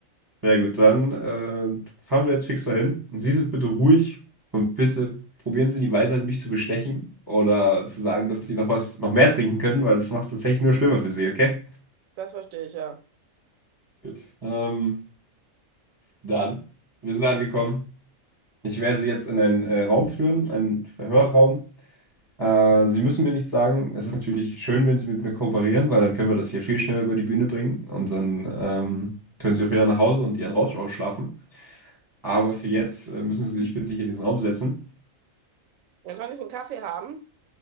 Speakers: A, on the right (about 20°); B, on the right (about 75°).
A: Sehr gut, dann äh, fahren wir jetzt fix dahin. Und Sie sind bitte ruhig und bitte probieren Sie nie weiter, mich zu bestechen oder zu sagen, dass Sie noch was, noch mehr trinken können, weil das macht es tatsächlich nur schlimmer für Sie, okay?
B: Das verstehe ich, ja.
A: Gut. Ähm, dann, wir sind angekommen. Ich werde Sie jetzt in einen äh, Raum führen, einen Verhörraum. Äh, Sie müssen mir nichts sagen. Es ist natürlich schön, wenn Sie mit mir kooperieren, weil dann können wir das hier viel schneller über die Bühne bringen und dann ähm, können Sie auch wieder nach Hause und Ihren Rausch ausschlafen. Aber für jetzt äh, müssen Sie sich bitte hier in diesen Raum setzen.
B: Dann kann ich einen Kaffee haben.